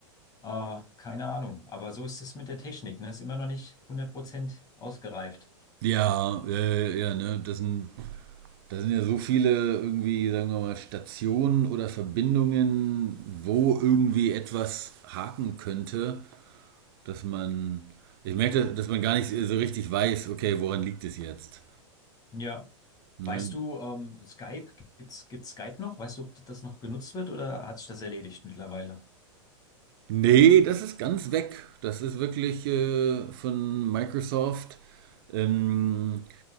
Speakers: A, on the left; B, on the right.
A: Äh, keine Ahnung. Aber so ist es mit der Technik, ne? Ist immer noch nicht hundert Prozent ausgereift.
B: Ja, äh, ja, ja, ne, das sind, das sind ja so viele irgendwie, sagen wir mal, Stationen oder Verbindungen, wo irgendwie etwas haken könnte, dass man, ich merke, dass man gar nicht so richtig weiß, okay, woran liegt es jetzt?
A: Ja.
B: Ne?
A: Weißt du, ähm, Skype, gibt's, gibt's Skype noch? Weißt du, ob das noch genutzt wird oder hat sich das erledigt mittlerweile?
B: Nee, das ist ganz weg. Das ist wirklich äh, von Microsoft. Ähm,